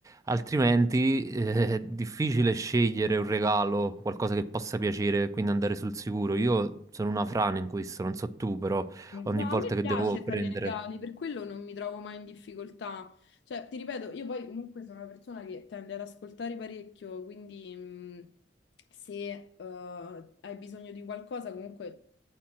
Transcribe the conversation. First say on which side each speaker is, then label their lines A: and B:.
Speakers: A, on the right; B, on the left.
A: altrimenti eh, è difficile scegliere un regalo, qualcosa che possa piacere, quindi andare sul sicuro. Io sono una frana in questo, non so tu, però
B: No,
A: ogni volta
B: a me
A: che
B: piace
A: devo
B: fare
A: prendere...
B: i regali, per quello non mi trovo mai in difficoltà. Cioè, ti ripeto, io poi comunque sono una persona che tende ad ascoltare parecchio, quindi mh, se eh, hai bisogno di qualcosa, comunque